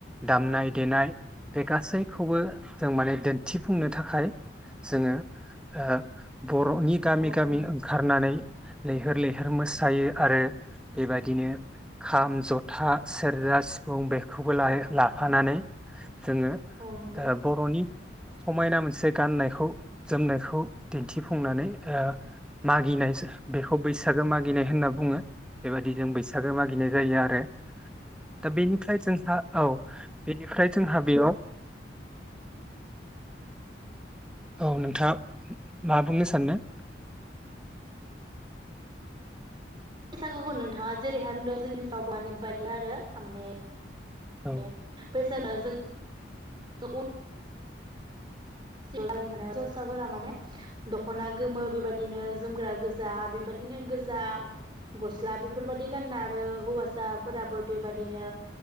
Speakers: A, in the centre; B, on the right.
A: दामनाय देनाय बे गासै खौबो जों माने दिन्थिफुंनो थाखाय जोङो ओ बर'नि गामि
B: औ
A: गामि
B: औ
A: ओंखारनानै लैहोर लैहोर मोसायो आरो बेबादिनो खाम जथा सेरजा सिफुं बेखौबो लायो लाफानानै जोंङो।
B: औ नंगौ
A: ओ बर'नि समायना मोनसे गाननायखौ जोमनायखौ दिन्थिफुंनानै ओ मागिनाय बेखौ बैसागो मागिनाय होनना बुङो बेबायदि जों बैसागो मागिनाय जायो आरो दा बेनिफ्राय जोंहा औ बेनिफ्राय जोंहा बेयाव औ नोंथाङा मा बुंनो सानो?
B: बैसागुखौ नोंथाङा जेरैहाय बुंदो जोंनि ओनसोलाव बेबादिनो बानायो आरो थारमाने
A: औ
B: ए बैसा <unintelligible> <inaudible> हिनजावसाफोरा माने दखना गोमो बेबायादिनो जोमग्रा गोजा बेबादिनो गोजा गस्ला बेफोरबदि गानना आरो हौवासाफोराबो बेबायादिनो